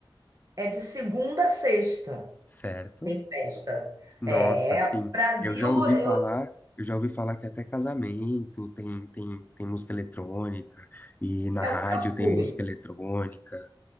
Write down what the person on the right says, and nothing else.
é de segunda a sexta,
tem festa.
É,
Brasil
eu,
eu
nunca
fui.